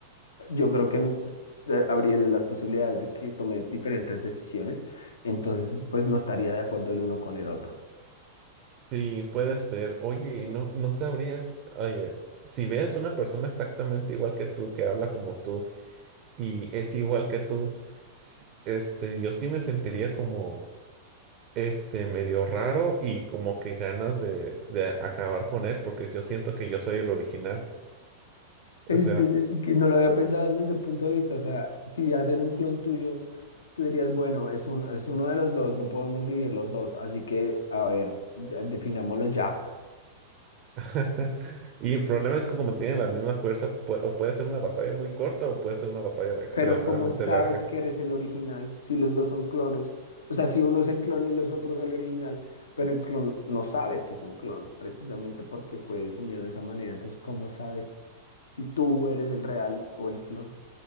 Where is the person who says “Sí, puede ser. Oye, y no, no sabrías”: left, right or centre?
Right